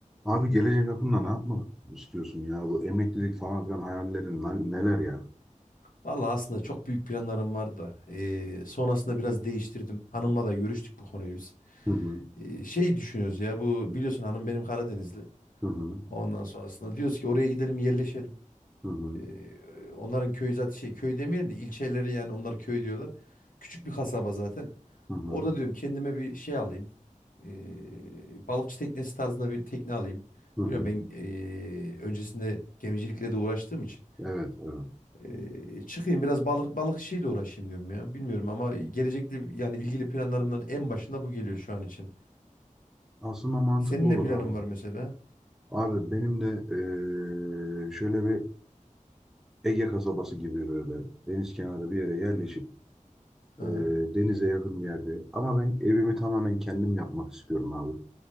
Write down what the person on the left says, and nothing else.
Vallahi aslında çok büyük planlarım vardı da. eee, sonrasında biraz değiştirdim. Hanımla da görüştük bu konuyu biz.
Eee, şey düşünüyoruz ya bu biliyorsun hanım benim Karadenizli.
Ondan sonrasında diyoruz ki oraya gidelim yerleşelim.
Eee, onların köyü zaten şey köy demeyelim de ilçeleri yani onlar köy diyorlar. Küçük bir kasaba zaten.
Orada diyorum kendime bir şey alayım. Eee, balıkçı teknesi tarzında bir tekne alayım.
Biliyorum ben eee, öncesinde gemicilikle de uğraştığım için.
Ee, çıkayım biraz balık balık işiyle uğraşayım diyorum ya. Bilmiyorum ama gelecekte yani ilgili planlarımdan en başında bu geliyor şu an için.
Senin
ne planın
var mesela?
Hı
hı.